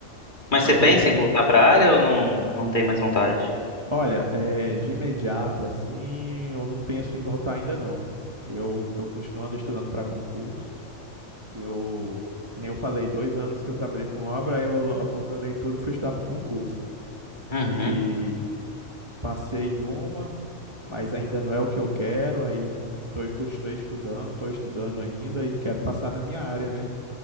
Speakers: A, on the right; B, on the left.
A: Mas
B: Mas você pensa
A: aí
B: em voltar para a área ou não, não tem mais vontade?
A: Olha, é, de imediato assim, eu não penso em voltar ainda não. Eu estou continuando estudando para concurso. Eu, que nem eu falei, dois anos que eu trabalhei com obra, aí eu lo- abandonei tudo e fui estudar para concurso.
B: Uhum.
A: E passei em uma, mas ainda não é o que eu quero. Aí tô, e continuei estudando, estou estudando ainda e quero passar na minha área, né?